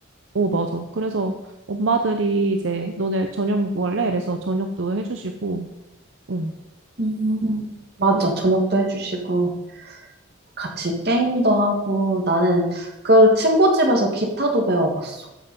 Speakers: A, on the right (about 70°); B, on the right (about 55°).
A: 어, 맞아. 그래서 엄마들이 이제 너네 저녁 먹고 갈래? 이래서 저녁도 해주시고, 어,
B: 음, 맞아.
A: 그래서
B: 저녁도 해주시고, 같이 게임도 하고, 나는 그 친구 집에서 기타도 배워봤어.